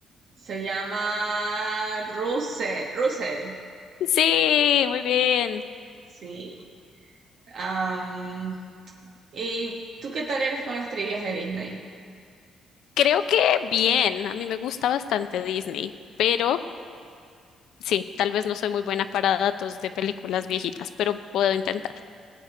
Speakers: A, on the right; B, on the left.
A: se llama Russell. Russell.
B: Sí, muy bien.
A: Sí. Am, ¿y tú qué tal eres con las trivias de Disney?
B: Creo que bien. A mí me gusta bastante Disney, pero sí, tal vez no soy muy buena para datos de películas viejitas, pero puedo intentar.